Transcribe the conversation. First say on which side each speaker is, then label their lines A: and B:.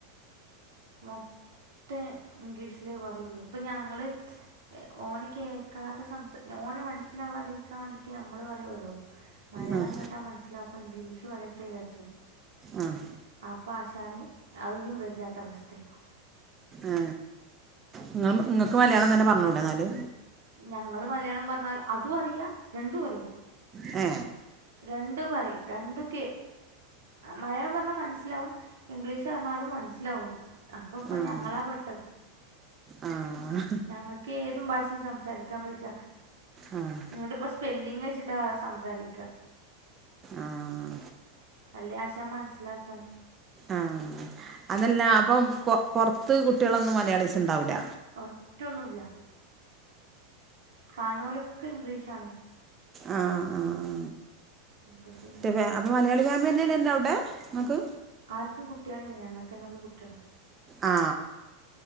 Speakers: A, on the right; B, on the right.
A: മൊത്തം ഇംഗ്ലീഷിലേ പറയുള്ളൂ ഇപ്പൊ ഞങ്ങള് ഓന് കേൾക്കാതെ സംസ ഓന് മന ലാവാതിരിക്കാൻ വേണ്ടീട്ട് ഞമ്മള് പറയുമല്ലോ മലയാളം
B: ആഹ്
A: കേട്ടാ മനസ്സിലാ അപ്പോ ഇംഗ്ളി പറയട്ടെ ന്ന് വിചാരിച്ചു
B: ആഹ്
A: അപ്പ ആശ താനെ അവിനും ബൈജാത അവസ്ഥ ത്ത്
B: ആ നിങ്ങൾ നിങ്ങൾക്ക് മലയാളം തന്നെ പറഞ്ഞുടെ എന്നല്
A: ഞങ്ങള് മലയാളം പറഞ്ഞാൽ അതും അറിയ രണ്ടും അറിയാ
B: ഹേ
A: രണ്ടും പറയും രണ്ടും കേ മലയാളം പറഞ്ഞാൽ മനസ്സിലാവും ഇംഗ്ലീഷ് പറഞ്ഞാലും മനസ്സിലാവും അപ്പ ഇപ്പൊ
B: ആഹ്
A: ഞങ്ങളാ പെട്ടത്
B: ആഹ്
A: ഞങ്ങക്ക് ഏതും ഭാഷയും സംസാരിക്കാൻ ബേജ
B: ആഹ്
A: ങ്ങട്ടിപ്പ സ്പെല്ലിങ് വെച്ചിട്ടാ സംസാരിക്ക
B: ആഹ്
A: അല്ലെ ആശ മൻസ്സിലാക്കന്നെ
B: ആഹ് അതല്ല അപ്പം പൊ പൊറത്ത് കുട് കുട്ടികളൊന്നും മലയാളിസിണ്ടാവില്ല
A: ഒറ്റൊന്നുല്ല കാൺണോലൊക്കെ ഇംഗ്ലീഷാണ്
B: ആഹ് ആഹ്
A: അപ്പൊ പി
B: മറ്റേ ഫാ അപ്പൊ മലയാളി ഫാമിലി തന്നെ അല്ലേ എല്ലാം അവിടെ നിങ്ങക്ക്
A: ആർക്കും കുട്ടികളില്ലേ നങ്ങക്കന്നേ ഉള്ളൂ കുട്ടികള്
B: ആ